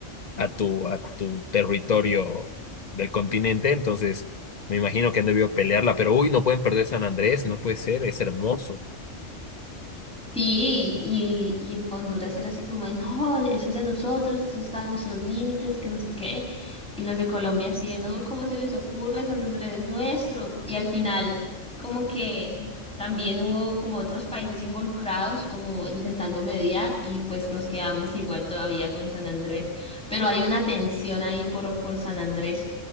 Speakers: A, on the left; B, in the centre.
A: a tu, a tu territorio del continente, entonces me imagino que han debido pelearla, pero uy, no pueden perder San Andrés, no puede ser, es hermoso.
B: Sí, y, y Honduras era así como, de, no, eso es de nosotros, eso está en nuestros límites, que no sé qué. Y los de Colombia así, de, no, ¿cómo se les ocurre? San Andrés es nuestro. Y al final, como que también hubo como otros países involucrados, como intentando mediar, y pues nos quedamos igual todavía con San Andrés. Pero hay una tensión ahí por, por San Andrés.